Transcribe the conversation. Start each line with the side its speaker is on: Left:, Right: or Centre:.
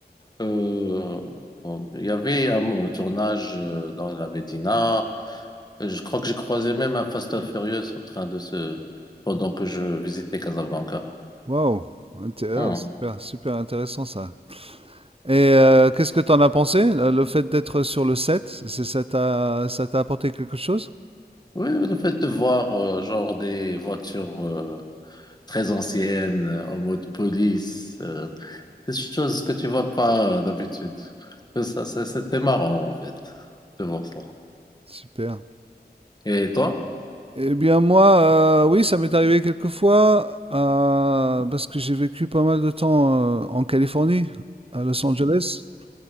Left: euh, on- il y avait un tournage euh, dans la Médina. Euh, Je crois que j'ai croisé même un Fast and Furious en train de se... pendant que je visitais Casablanca.
Right: waouh! Inté oh
Left: Hmm.
Right: super, super intéressant ça. Et heu, qu'est-ce que tu en as pensé? Le le fait d'être sur le set, c'est ça t'a ça t'a apporté quelque chose?
Left: Oui, le fait de voir euh, genre des voitures euh, très anciennes euh, en mode police, euh, des choses que tu vois pas euh, d'habitude. Euh, Ça, ça, c'était marrant en fait de voir ça.
Right: Super.
Left: Et toi?
Right: Eh bien moi, heu, oui, ça m'est arrivé quelques fois, heu, parce que j'ai vécu pas mal de temps, heu, en Californie, à Los Angeles